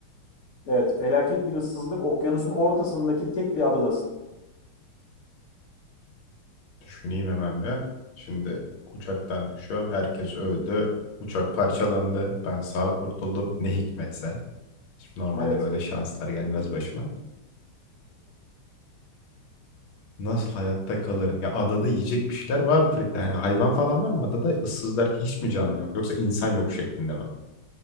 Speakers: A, on the left; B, on the left.
A: Evet, felaket bir ıssızlık, okyanusun ortasındaki tek bir adadasın.
B: Düşüneyim hemen bir. Şimdi uçaktan düşüyorum. Herkes öldü. Uçak parçalandı. Ben sağ kurtuldum. Ne hikmetse. Şimdi normalde
A: Evet,
B: böyle şanslar gelmez başıma. Nasıl hayatta kalırım? Ya adada yiyecek bir şeyler vardır illa. Hani hayvan falan var mı adada? Issız derken hiç mi canlı yok? Yoksa insan yok şeklinde mi?